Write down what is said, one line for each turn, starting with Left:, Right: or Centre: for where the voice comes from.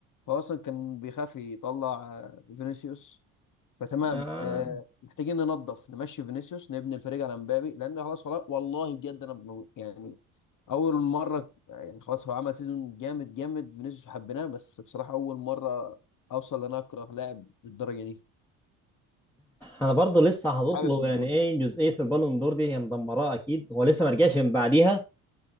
Left: فهو اصلا كان بيخاف يطلع آه، فينيسيوس فتمام
Centre: آه.
Left: آه محتاجين ننظف نمشي فينيسيوس نبني الفريق على مبابي لان خلاص والله والله بجد انا بم- يعني اول مره يعني خلاص هو عمل سيزون جامد جامد فينيسيوس حبيناه بس بصراحه اول مره اوصل ان أنا اكره لاعب بالدرجه دي
Centre: انا برضو لسه هتطلب
Left: حابب وجوده
Centre: يعني ايه جزئية البالون دور دي هي مدمراه اكيد هو لسه ما رجعش من بعديها